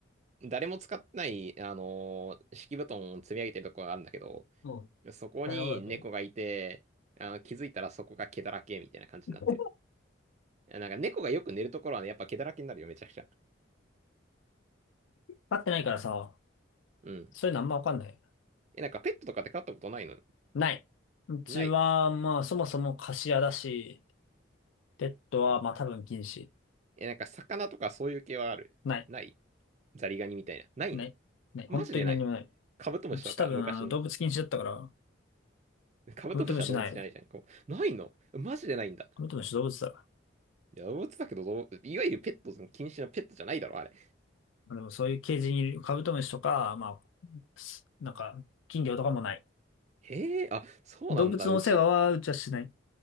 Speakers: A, on the right; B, on the left.
A: 誰も使ってない、あのー敷布団を積み上げてるとこがあるんだけど、
B: もうん
A: そこに猫がいて、
B: 大変なことなんだよ。
A: あの、気づいたらそこが毛だらけみたいな感じになってる。
B: <laughs>
A: いやなんか猫がよく寝るところはね、やっぱ毛だらけになるよ、めちゃくちゃ。
B: 飼ってないからさ、
A: うん。
B: そういうのあんまわかんない。
A: え、なんかペットとかって飼ったことないの
B: ない。うちは、
A: ない。
B: まあ、そもそも貸し屋だし、ペットは、まあ、多分禁止。
A: え、なんか魚とかそういう系はあるない
B: ない。
A: ザリガニみたいな。ないの
B: ない。ない。本当に何にもない。
A: マジでないカブトムシとか昔の。
B: うち多分、あの、動物禁止だったから、
A: カブトムシは動物じゃないじゃん。
B: カブトムシない。
A: こう、ないのマジでないんだ。
B: カブトムシ動物だ。
A: いや、動物だけど、どういわゆるペット禁止のペットじゃないだろ、あれ。
B: まあでもそういうケージにいるカブトムシとか、まあ、すなんか、金魚とかもない。
A: へえ、あ、そうなんだ。
B: 動物のお世話はうちはしない。
A: うち、